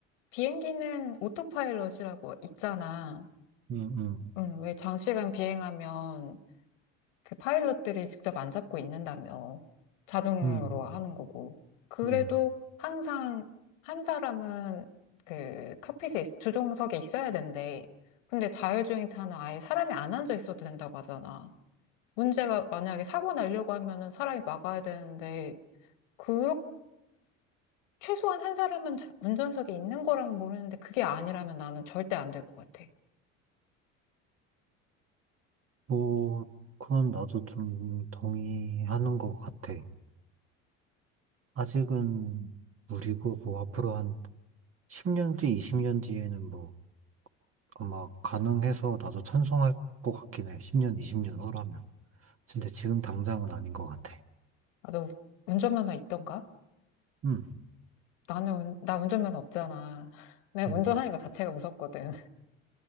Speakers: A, on the left; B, on the right.
A: 비행기는 오토파일럿이라고 있잖아.
B: 응, 응,
A: 응, 왜 장시간 비행하면 그 파일럿들이 직접 안 잡고 있는다며. 자동으로
B: 응,
A: 하는 거고. 그래도
B: 응.
A: 항상 한 사람은 그 칵핏에, 있- 조종석에 있어야 된대. 근데 자율주행 차는 아예 사람이 안 앉아 있어도 된다고 하잖아. 문제가 만약에 사고 나려고 하면은 사람이 막아야 되는데, 그, 최소한 한 사람은 자- 운전석에 있는 거라면 모르는데, 그게 아니라면 나는 절대 안 될 것 같아.
B: 뭐, 그건 나도 좀 동의하는 것 같아. 아직은 무리고, 뭐, 앞으로 한 10년 뒤, 20년 뒤에는 뭐, 아마 가능해서 나도 찬성할 것 같긴 해. 10년, 20년 후라면. 근데 지금 당장은 아닌 것 같아.
A: 아, 너 운전면허 있던가?
B: 응,
A: 나는, 운- 나 운전면허 없잖아. <laughs> 내가
B: 응.
A: 운전하는 거 자체가 무섭거든. <laughs>